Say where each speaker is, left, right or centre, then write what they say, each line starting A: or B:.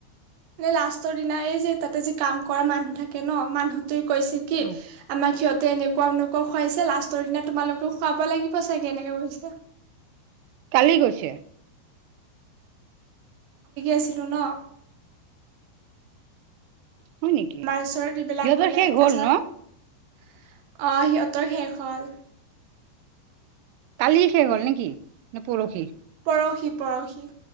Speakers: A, on the right (about 65°); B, on the right (about 85°).
A: এ লাষ্টৰ দিনা এই যে তাতে যে কাম কৰা মানুহ থাকে ন মানুহটোৱে কৈছে কি
B: অ
A: আমাক সিহঁতে এনেকুৱা এনেকুৱা খুৱাইছে লাষ্টৰ দিনা তোমালোকেও খুৱাব লাগিব চাগে এনেকে কৈছে।
B: কালি গৈছে।
A: আছিলো ন
B: হয় নেকি
A: মাষ্টৰে এইবিলাক
B: সিহঁতৰ
A: কলে,
B: শেষ
A: তাৰ
B: হ'ল
A: পিছত
B: ন
A: অঁ সিহঁতৰ শেষ হ'ল
B: কালি শেষ হল নেকি নে পৰহি?
A: পৰহি পৰহি।